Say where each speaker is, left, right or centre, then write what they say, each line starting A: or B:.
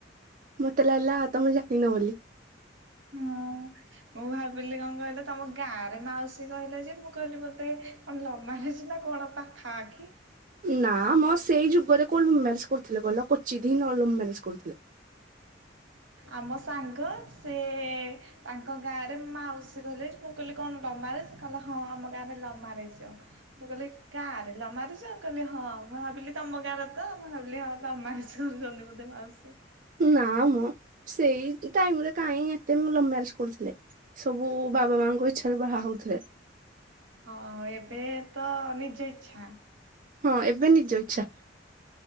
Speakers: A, on the right; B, on the right.
A: ମତେ ଲାଗିଲା ତମେ ଜାଣିନ ବୋଲି।
B: ହଁ ମୁଁ ଭାବିଲି କଣ କହିଲ ତମ ଗାଁ ରେ ମାଉସୀ କହିଲ ଯେ ମୁଁ କହିଲି ବୋଧ୍ ଧେ କଣ ଲଭ ମ୍ୟାରେଜ୍ ନା କଣ ପାଖାପାଖି।
A: ନା ମୋ ସେଇ ଯୁଗରେ କୋ ଲଭ୍ ମ୍ୟାରେଜ କରୁଥିଲେ କହିଲ କ୍ଵଚିତ୍ ହିଁ ଲ-ଲଭ୍ ମ୍ୟାରେଜ କରୁଥିଲେ।
B: ଆମ ସାଙ୍ଗ ସେ ତାଙ୍କ ଗାଁରେ ମାଉସୀ କହିଲେ ଯେ ମୁଁ କହିଲି କଣ ଲଭ୍ ମ୍ୟାରେଜ୍ ସେ କହିଲେ ହଁ ଆମ ଗାଁରେ ଲଭ୍ ମ୍ୟାରେଜ। ମୁୁ କହିଲି କାହାର ଲ ମାରୁଛ କହିଲି ହଁ ମୁଁ ଭାବିଲି ତମ କାଁରେ ତ ମୁଁ ଭାବିଲି ହଁମା କିଛି କରୁଛନ୍ତି ବୋଧେ ମାଉସୀ।
A: ନା ମଁ ସେଇ ଟାଇମରେ କାହିଁ ଏତେମ୍ ମ୍ୟାରେଜ କରୁଥିଲେ ସବୁ ବାବା ମାଙ୍କ ଇଚଛାରେ ବାହା ହଉଥିଲେ।
B: ହଁ ଏବେ ତ ନିଜ ଇଚ୍ଛା।
A: ହଁ ଏବେ ନିଜ ଇଛା।